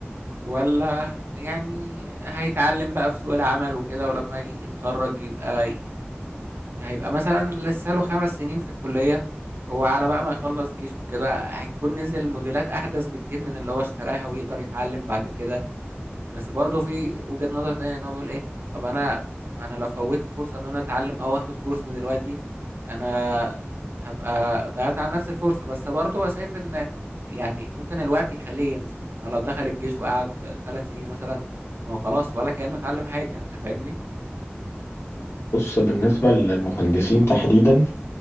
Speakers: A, on the right; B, on the left.
A: ولا يعني هيتعلم بقى في سوق العمل وكده ولما يتخرج يبقى ي... هيبقى مثلا لسه له خمس سنين في الكلية وعلى بقى ما يخلص جيش وكده هيكون نزل موديلات أحدث بكتير من اللي هو اشتراها ويقدر يتعلم بعد كده بس برضه في وجهة نظر تانية ان هو بيقول ايه طب انا ما انا لو فوتت فرصة ان انا اتعلم او اخد كورس دلوقتي انا هبقى ضيعت على نفس الفرصة بس برضه هو شايف ان يعني ممكن الوقت يخليه ينسى يعني هو لو دخل الجيش وقعد ثلاث سنين مثلا ما هو خلاص ولا كأنه اتعلم حاجة انت فاهمني
B: بص بالنسبة للمهندسين تحديدا